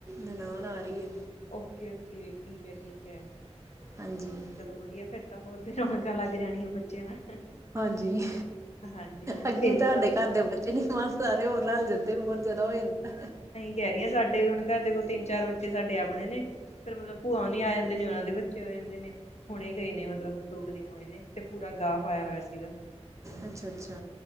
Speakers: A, on the right; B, on the left.
A: ਨਨਾਨ ਆ ਰੀਏ।
B: ਓਕੇ-ਓਕੇ, ਠੀਕ ਐ, ਠੀਕ ਐ।
A: ਹਾਂਜੀ।
B: ਵਧੀਆ ਫੇਰ ਤਾਂ, ਹੋਰ ਵੀ ਰੌਣਕਾਂ ਲੱਗ ਜਾਣੀਆਂ ਬੱਚਿਆਂ ਨਾਲ।
A: ਹਾਂਜੀ।
B: ਹਾਂਜੀ ਹਾਂਜੀ
A: ਅੱਗੇ
B: ਇਹ ਤਾਂ
A: ਤਾਡੇ
B: ਗੱਲ ਸਹੀ
A: ਘਰ ਦੇ
B: ਹੈ।
A: ਬੱਚੇ ਨੀ ਮਾਨ, ਸਾਰੇ ਹੋਰ ਰਲ ਜਾਂਦੇ ਹੋਰ ਜਾਦਾ ਹੋ ਜਾਂਦਾ।
B: ਕੈ ਰਿਆਂ ਸਾਡੇ ਵੀ ਹੁਣ ਘਰ ਦੇ ਕੋਲ ਤਿੰਨ-ਚਾਰ ਬੱਚੇ ਸਾਡੇ ਆਪਣੇ ਨੇ, ਫੇਰ ਮਤਲਬ ਭੂਆ ਓਨੀਂ ਆ ਜਾਂਦੇ ਨੇ ਓਨਾਂ ਦੇ ਬੱਚੇ ਹੋ ਜਾਂਦੇ ਨੇ, ਹੁਣੇ ਗਏ ਨੇ ਮਤਲਬ ਮਤਲਬ ਦੋ ਕੁ ਦਿਨ ਹੋਏ ਨੇ ਤੇ ਪੂਰਾ ਗਾਹ ਪਾਇਆ ਹੋਇਆ ਸੀਗਾ।
A: ਅੱਛਾ-ਅੱਛਾ,